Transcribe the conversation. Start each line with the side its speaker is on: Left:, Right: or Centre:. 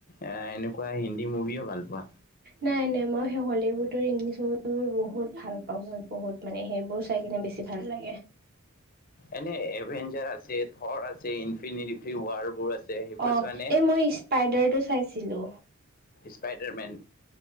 Left: এ এনেকুৱা হিন্দী মুভিও ভাল পোৱা।
Right: নাই নাই মই সেই হলীউডৰ ইংলিছ চিনেমাবোৰ বহুত ভাল পাওঁ মই। বহুত মানে সেইবোৰ চাই কিনে বেছি ভাল লাগে।
Left: এনে এডভেঞ্চাৰ আছে থৰ আছে ইনফিনিট ৱাৰ বোৰ আছে। সেইবোৰ
Right: অ
Left: চোৱা নে?
Right: এই মই স্পাইডাৰ টো চাইছিলো।
Left: স্পাইডাৰমেন।